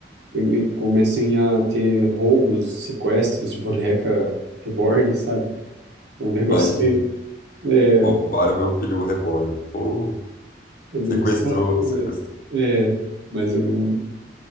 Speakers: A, on the right; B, on the left.
A: e, e comecem a ter roubos, sequestros de boneca reborn, sabe? É um negócio
B: Imagina.
A: meio, é,
B: Roubaram meu filho reborn. Pô,
A: é meio
B: sequestrou,
A: distópico,
B: sequestrou.
A: né? É, mas eu não